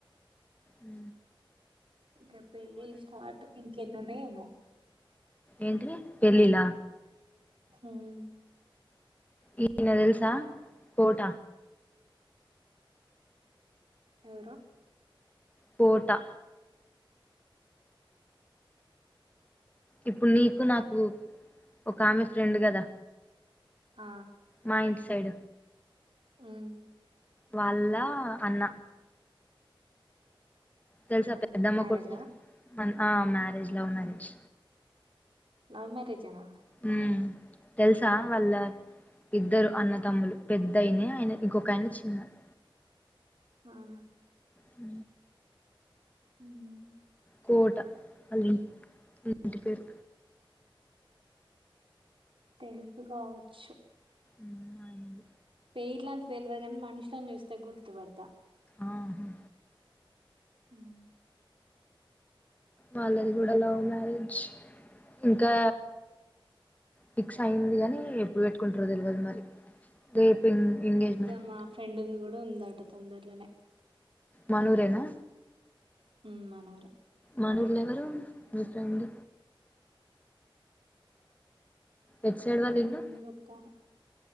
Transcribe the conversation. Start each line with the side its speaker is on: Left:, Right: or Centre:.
Left: ఉ
Right: ఇక పెళ్ళిళ్ళ స్టార్ట్ ఇంకెన్ని ఉన్నాయే ఏమో
Left: ఏంటిది పెళ్లిళ్ల
Right: హుమ్మ్
Left: ఈయన తెల్సా కోట
Right: ఎవరు
Left: పోటా ఇప్పుడు నీకు నాకు ఒక ఆమ ఫ్రెండ్ కదా
Right: ఆ
Left: మా ఇంటి సైడ్
Right: మ్మ్
Left: వాళ్ళ అన్న తెలుసా
Right: అవునా
Left: పెద్దమ్మ
Right: మ్యారేజా
Left: కొడుకు ఆ marriage love marriage
Right: love marriage అనా
Left: హ తెలుసా వాళ్ళ ఇద్దరు అన్నతమ్ములు పెద్దయినే ఆయన ఇంకొక ఆయన చిన్నారు
Right: అవునా
Left: హ
Right: మ్మ్
Left: కోట అలి మంటి పేరు
Right: తెలుసు కావచ్చు
Left: ఉ అయినండి
Right: పేర్ల అంత తెలియదు కానీ మనుషులని చూస్తే గుర్తుపడతా
Left: ఆహా
Right: ఉమ్
Left: వాళ్ళది కూడా లవ్ మ్యారేజ్ ఇంకా ఫిక్స్ అయింది కాని ఎప్పుడు పెట్టుకుంటరో తెలవదు మరి రేపు ఎం ఎంగేజ్మెంట్
Right: ఇగ
Left: అంట
Right: మా ఫ్రెండ్ది కూడా ఉందట తొందరలోనే
Left: మనూరేనా
Right: ఉ మనూరే
Left: మనూర్ల ఎవరు మీ ఫ్రెండ్ ఎటు సైడ్
Right: ఉమ్,
Left: వాళ్ళిళ్ళు
Right: ఉన్నదక్క